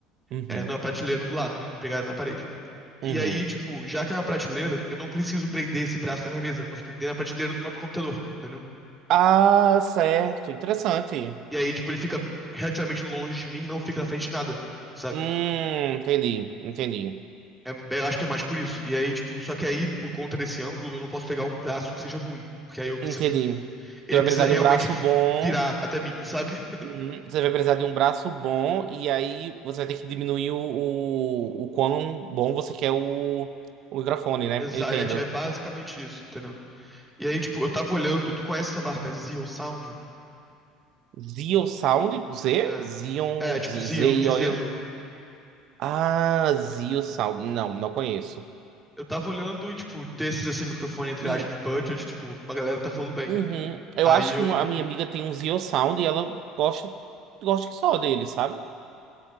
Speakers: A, on the right; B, in the centre.
A: Uhum,
B: é, na prateleira do lado, pegar na parede.
A: uhum.
B: E aí, tipo, já que é uma prateleira, eu não preciso prender esse braço na minha mesa. Eu posso prender na prateleira do próprio computador, entendeu?
A: Ah, certo. Interessante.
B: E aí, tipo, ele fica relativamente longe de mim, não fica na frente de nada, sabe?
A: Hum, entendi, entendi,
B: É, é, eu acho que é mais por isso. E aí, tipo, só que aí, por conta desse ângulo, eu não posso pegar um braço que seja ruim. Porque aí eu preciso
A: entendi.
B: de um. Ele
A: Tu vai
B: precisa
A: precisar
B: realmente
A: de um braço bom.
B: virar até mim, <laughs> sabe?
A: Uhum. Você vai precisar de um braço bom e aí você vai ter que diminuir o, o, o quão bom você quer o, o microfone, né?
B: Exato,
A: Eu entendo.
B: é é basicamente isso, entendeu? E aí, tipo, eu tava olhando, tu conhece essa marca Zio Sound?
A: Zio Sound? Z?
B: É,
A: Zion?
B: é tipo
A: Z-
B: Zio,
A: Z-I-O-N?
B: de zelo.
A: Ah, Zio Sound. Não, não conheço.
B: Eu tava olhando e, tipo, desses, assim, microfone, entre
A: Hum,
B: aspas, budget, tipo, a galera tá falando bem.
A: uhum. Eu
B: Aí
A: acho
B: eu.
A: que uma- a minha amiga tem um Zio Sound e ela gosta, gosta que só dele, sabe?